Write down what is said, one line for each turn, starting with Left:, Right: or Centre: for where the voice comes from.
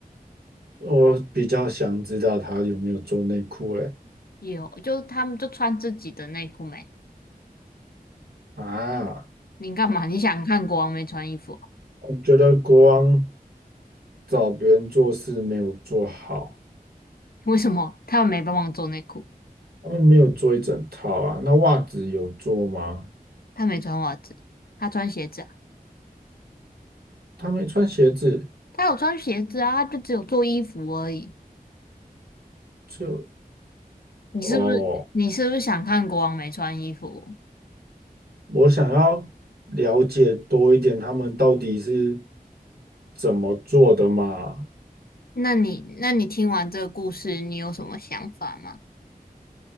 Right: 我比较想知道他有没有做内裤诶。
Left: 有，就他们就穿自己的内裤没？
Right: 啊，
Left: 你干嘛？你想看国王没穿衣服哦
Right: 我觉得国王找别人做事没有做好，
Left: 为什么他们没帮忙做内裤？
Right: 他们没有做一整套啊。那袜子有做吗？
Left: 他没穿袜子，他穿鞋子啊？
Right: 他没穿鞋子，
Left: 他有穿鞋子啊，他就只有做衣服而已。
Right: 就
Left: 你是不是你是不是想看国王没穿衣服？
Right: 哦，我想要了解多一点他们到底是怎么做的嘛。
Left: 那你那你听完这个故事，你有什么想法吗？